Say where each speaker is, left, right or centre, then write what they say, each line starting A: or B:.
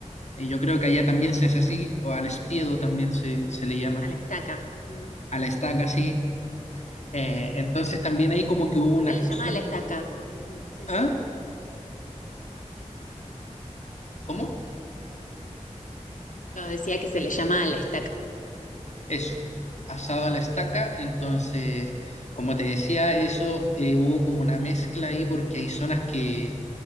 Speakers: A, on the left; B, on the left.
A: eh, yo creo que allá también
B: Sí.
A: se hace así, o al espiedo también se, se le llama,
B: A la estaca. ujú.
A: a la estaca así. Eh, entonces también ahí como que hubo una
B: Se le
A: fusión.
B: llama a la estaca. ujú, Sí,
A: ¿Ah?
B: sí.
A: ¿Cómo?
B: No, decía que se le llama a la estaca.
A: Eso, asado a la estaca. Entonces, como te decía, eso eh, hubo como una mezcla ahí porque hay zonas que,